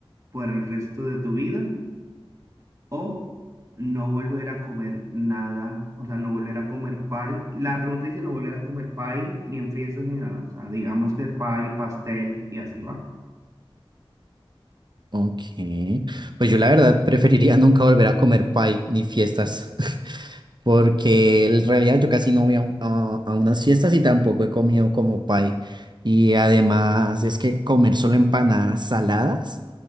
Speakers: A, on the right (about 35°); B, on the right (about 50°).
A: por el resto de tu vida o no volver a comer nada? O sea, no volver a comer pie. La pregunta dice no volver a comer pie ni en fiestas ni nada. O sea, digamos que pie, pastel y así va.
B: Ok. Pues yo la verdad preferiría <laughs> nunca volver a comer pie ni fiestas, <laughs> porque en realidad yo casi no voy a, un- a- a unas fiestas y tampoco he comido como pie. Y además es que comer solo empanadas saladas